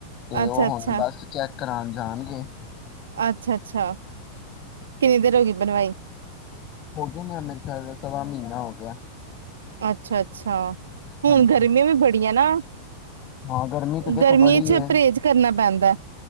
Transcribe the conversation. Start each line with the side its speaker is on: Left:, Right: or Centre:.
Left: ਤੇ
Right: ਅੱਛਾ,
Left: ਉਹ
Right: ਅੱਛਾ,
Left: ਹੁਣ ਬਸ ਚੈੱਕ ਕਰਾਣ ਜਾਣਗੇ।
Right: ਅੱਛਾ -ਅੱਛਾ ਕਿੰਨੀ ਦੇਰ ਹੋ ਗਈ। ਬਣਵਾਈ।
Left: ਹੋ ਗਏ ਨੇ ਮੇਰੇ ਖਰੇ ਸਵਾ ਮਹੀਨਾ ਹੋ ਗਿਆ।
Right: ਅੱਛਾ -ਅੱਛਾ ਹੁਣ
Left: ਹਾਂਜੀ
Right: ਗਰਮੀਆਂ ਵੀ ਬੜੀਆਂ ਨਾ।
Left: ਹਾਂ ਗਰਮੀ ਤਾਂ ਦੇਖੋ
Right: ਗਰਮੀਆਂ
Left: ਬੜੀ
Right: ਚ
Left: ਏ
Right: ਪਰਹੇਜ਼ ਕਰਨਾ ਪੈਂਦਾ